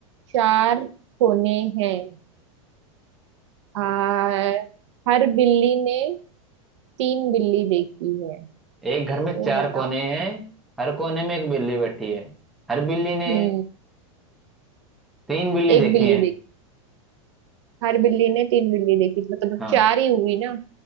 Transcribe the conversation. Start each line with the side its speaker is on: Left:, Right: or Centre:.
Right: चार कोने हैं आ, हर बिल्ली ने तीन बिल्ली देखी है
Centre: एक
Right: तो
Centre: घर में चार
Right: बताओ
Centre: कोने हैं हर कोने में एक बिल्ली बैठी है हर बिल्ली ने
Right: हम्म
Centre: तीन बिल्ली देखी
Right: एक बिल्ली
Centre: है
Right: देखी हर बिल्ली ने तीन बिल्ली देखी मतलब
Centre: हाँ
Right: चार ही हुई ना